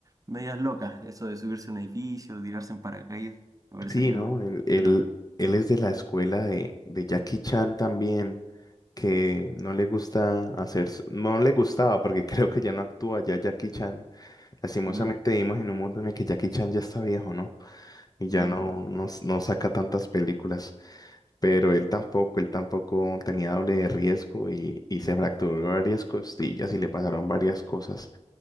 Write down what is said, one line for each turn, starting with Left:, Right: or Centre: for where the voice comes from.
Right: medias locas. Eso de subirse a un edificio, tirarse en paracaídas. Me parece
Left: Sí,
Right: bien.
Left: ¿no? Él,
Right: emocionante.
Left: él, él es de la escuela de, de Jackie Chan también, que no le gusta hacer, s- no le gustaba, porque <laughs> creo que ya no actúa ya Jackie Chan Lastimosamente
Right: Ujú.
Left: vivimos en un mundo en el que Jackie Chan ya está viejo, ¿no? Y ya
Right: Sí,
Left: no,
Right: sí, sí.
Left: no, s- no saca tantas películas. Pero él tampoco, él tampoco tenía doble de riesgo y, y se fracturó varias costillas y le pasaron varias cosas.